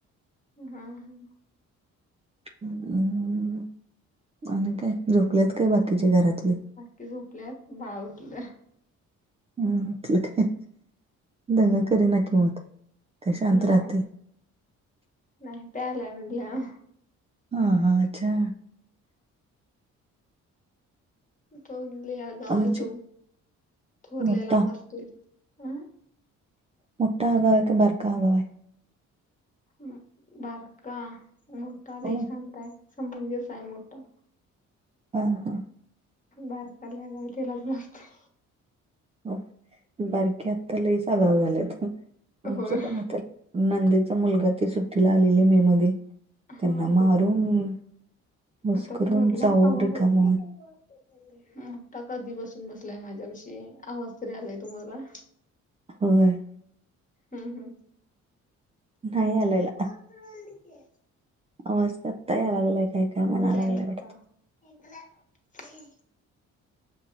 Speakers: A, on the left; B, on the right.
A: हा हम्म.
B: हम्म आणि काय झोपलेत काय बाकीचे घरातले?
A: ते झोपल्यात, बाळ उठलं.
B: हम्म. म्हटलं काय दंगा करीना की मग. काय शांत
A: नाही
B: राहते
A: नाही पियालाय म्हणलं.
B: ह, ह, अच्छा.
A: तो लय आगाऊ
B: आमची
A: आहे तो थोरल्याला
B: मोठा
A: मारतोय. अं
B: मोठा आगाव हाय का, बारका आगाव हाय?
A: हं बारका मोठा लय
B: हो
A: शांत आहे, समंजस हाय मोठा.
B: हा ना
A: बारका लय आगाव हाय त्यालाच मारतोय.
B: हो, बारकी आता लयच आगाव झालेत आमचे
A: होय
B: पण आता, नंदीचा मुलगा ते सुट्टीला आलेले मे मध्ये.
A: हा
B: त्यांना
A: आता,
B: मारून मस्करून
A: आता थोरला
B: चावून
A: कवा
B: रिकाम
A: ब मोठा कधी पासून बसलाय माझ्यापाशी आवाज तरी आलाय तुम्हाला.
B: होय
A: हम् हम्.
B: नाही आलेला
A: बाळ का रडते.
B: आवाज तर आत्ता याय लागलाय काय काय म्हणा
A: आवाज
B: लागलाय वाटत
A: <unintelligible> हे कलर ते.